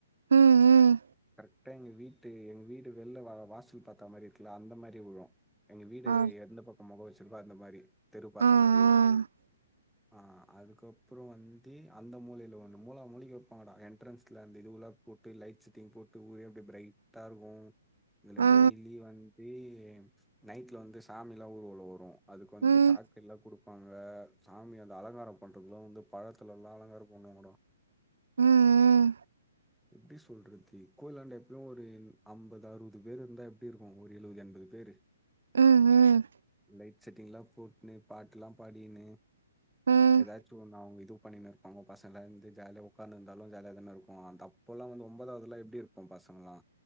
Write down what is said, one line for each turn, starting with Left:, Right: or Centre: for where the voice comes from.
Right: ம் ம் ம்
Centre: கர்ட்டா எங்க வீட்டு எங்க வீட் டு வெள்ல வ வாசல் பாத்தா மாரி இருக்குல அந்த மாரி உழு எங்க வீடு
Right: ஆ
Centre: எந்த பக் மொகோ வெச்சுருக்கோ அந்த மாரி தெரு பாத்தா
Right: ஆ ஆ
Centre: மாரி விழு ஆ அதுக்கப்றோ வந்து அந்த மூலைல ஒன்னு மூலா மூலிக்கு வெப்பாங்கடா என்ட்டரன்ஸ்ல அந்த இது உல போட்டு லைட்ஸ் தீம் போட்டு ஊரே அப்டே பிரைட்டா இருக்கு இதுல
Right: ஆ
Centre: டெய்லி வந்து நைட்ல வந்து சாமிலா ஊருவலோ வரு அதுக்கு வந்து
Right: ம்
Centre: சாக்லேட்லா குடுப்பாங்க ங்க சாமி அத அலங்காரம் பண்றதுலா வந்து பழத்துலலா அலங்காரோ பண்ணுவாங்கட
Right: ம் ம்
Centre: எப்டி சொல்றது கோயிலாண்ட எப்பயு ஒரு அம்பது அறுவது பேர் இருந்தா எப் எப்டி இருக்கு ஒரு எழுவது எண்பது பேரு
Right: ம் ம் ம்
Centre: லைட் செட்டிங்லா போட்னு பாட்லா பாடி கின்னு
Right: ம்
Centre: எதாச்சு ஒன்னு நா வுங்க இது பண்ணி கினு இருப்பாங்க பசங்க வந்து ஜாலியா ஒக்காந்துந்தாலு ஜாலியா தான இருக்கு கு தப்போலா வந்து ஒம்பதாது எல்லா எப்டி இருப்போ பசங்கலா